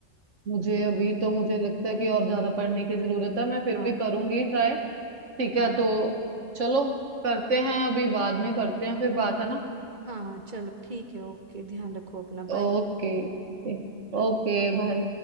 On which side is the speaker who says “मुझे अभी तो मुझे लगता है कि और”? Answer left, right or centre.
Right